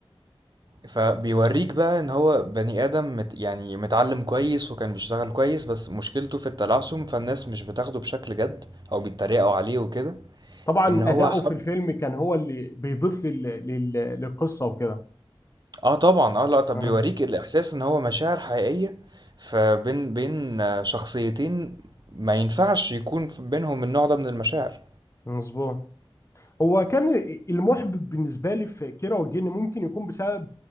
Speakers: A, on the right; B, on the left.
A: فبيوريك بقى ان هو بني ادم مت يعني متعلم كويس وكان بيشتغل كويس بس مشكلته في التلعثم فالناس مش بتاخده بشكل جد او بيتريقوا عليه وكده
B: طبعا
A: ان هو
B: أداؤه
A: حب
B: في الفيلم كان هو اللي بيضيف لل... لل... للقصة وكده
A: اه طبعا اه لا طب
B: آه
A: بيوريك الاحساس ان هو مشاعر حقيقية فبين بين آه، شخصيتين ما ينفعش يكون في- بينهم النوع ده من المشاعر
B: مظبوط هو كان المحبط بالنسبه لي في كيرة والجن ممكن يكون بسبب